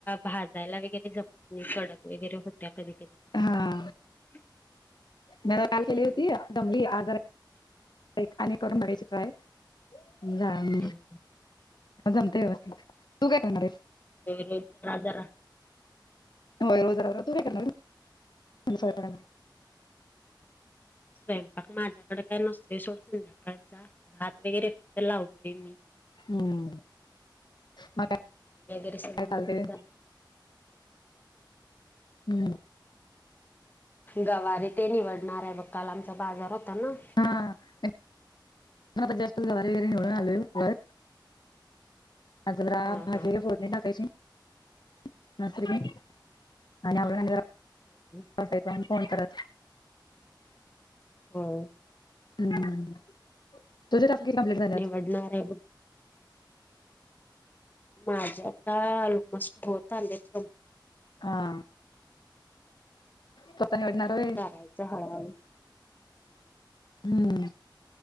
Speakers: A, on the left; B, on the left.
A: भाजायला वगैरे जमत नाही सडक वगैरे होत्या कधी कधी
B: हा. मी जरा काल केली
A: हम्म
B: होती जमली आज जरा आणि करून बघायची ट्राय जा म
A: हम्म.
B: जमतेय होय तू काय खाणार आहेस
A: होय घे लई त्रास झाला,
B: होय रोज जरा जरा तू काय करणार आहीस?
A: स्वयंपाक माझ्याकडे काय नसतोय सोड संध्याकाळचा भात वगैरे फक्त लावतोय मी,
B: हम्म मग काय
A: भाजी वगैरे सगळं
B: काय चाललंय,
A: मम्मी कर
B: हम्म्
A: गवारीे ते निवडणार आहे बघ काल आमचा बाजार होता नव्हं,
B: हा मी पण आता जस्ट गवारी बवारी निवडून आलोय वर आता जरा
A: हा
B: भाजी
A: हा
B: फोडणी-‍- डणी टाकायची आणि खाली जाऊन आणि आवरून जरा
A: <unintelligible>
B: टाकायचा आणि फोन करायचा.
A: हो
B: हम्म दुझ टफि कमप्लीट झाल्यात
A: पडणार आहे माझे आता ऑलमोस्ट होत आले क
B: हां स्वतः निवडणार होय
A: करायचं हळूहळू,
B: हम्म